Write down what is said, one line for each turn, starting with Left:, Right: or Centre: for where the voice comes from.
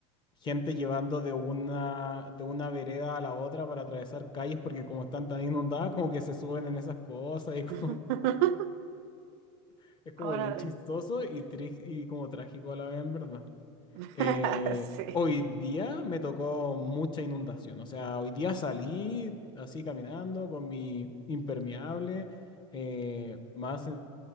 Left: gente llevando de una, de una vereda a la otra para atravesar calles porque como están tan inundadas como que se suben en esas cosas y como,
Right: <laughs>
Left: <laughs> es como
Right: Órale.
Left: bien chistoso y, tri- y como trágico a la vez en verdad.
Right: <laughs>
Left: Eh,
Right: Sí.
Left: hoy día me tocó mucha inundación, o sea, hoy día salí así caminando con mi impermeable, eh, más...